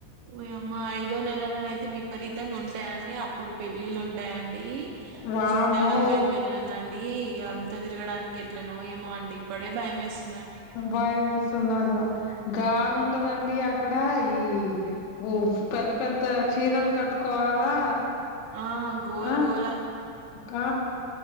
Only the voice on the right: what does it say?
ఓయమ్మ ఐదో నెలలనైతే విపరీతంగా ఉం ఉంటాయండి అప్పుడు పెళ్ళిళ్ళు ఉంటాయం డి
మా చుట్టాల అబ్బాయి పెళ్లిి ఉందండి ఇగ ఆన్ త్త తిరగడానికి ఎట్లనో ఏమో అండి ఇప్పుడే భయం వేస్తుందండి
ఆ గోల
గోలా